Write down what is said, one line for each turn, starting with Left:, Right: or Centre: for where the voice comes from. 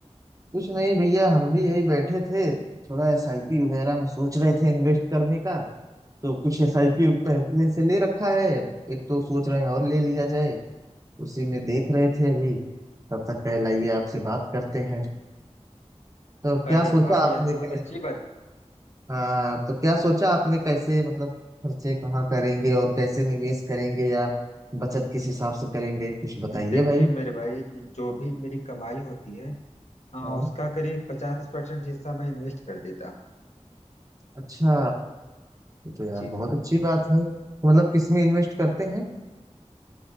Right: कुछ नहीं भैया हम भी यही बैठे थे थोड़ा एसआईपी वगैरह में सोच रहे थे इन्वेस्ट करने का तो कुछ एसआईपी पहले से ले रखा है एक तो सोच रहे हैं और ले लिया जाए उसी में देख रहे थे अभी तब तक कहलाइए आपसे बात करते हैं तो क्या
Left: अरे
Right: सोचा
Left: वाह
Right: आपने
Left: यह तो बहुत
Right: कै...
Left: अच्छी बात
Right: हाँ तो क्या सोचा आपने कैसे मतलब खर्चे कहाँ करेंगे और कैसे निवेश करेंगे या बचत किस हिसाब से करेंगे कुछ बताइए
Left: है देखिए
Right: भाई
Left: मेरे भाई जो भी मेरी कमाई होती है हाँ
Right: हाँ
Left: उसका करीब पचास परसेंट हिस्सा मैं इन्वेस्ट कर देता हूँ
Right: अच्छा ये तो यार
Left: जी
Right: बहुत
Left: हाँ
Right: अच्छी बात है तो मतलब किसमें इन्वेस्ट करते हैं